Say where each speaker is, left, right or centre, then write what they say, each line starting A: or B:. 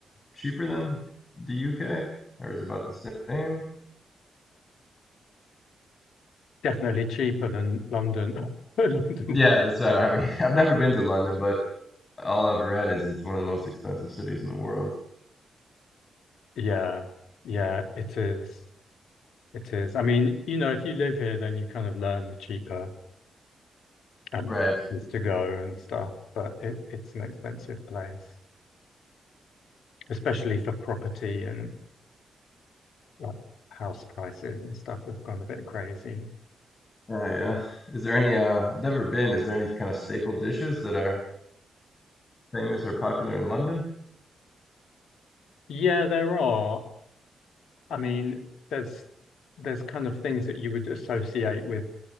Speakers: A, on the left; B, on the left.
A: cheaper than the UK or is it about the same?
B: Definitely cheaper than London. <laughs> London's.
A: Yeah, that's uh, I
B: <laughs>
A: mean, <laughs> I've never been to London, but all I've read is it's one of the most expensive cities in the world.
B: Yeah, yeah, it is. It is. I mean, you know, if you live here, then you kind of learn the cheaper um,
A: Right.
B: places to go and stuff. But it, it's an expensive place, especially for property and like house prices and stuff have gone a bit crazy.
A: Uh, yeah. Is there any uh, I've never been, is there any kind of staple dishes that are famous or popular in London?
B: Yeah, there are. I mean, there's there's kind of things that you would associate with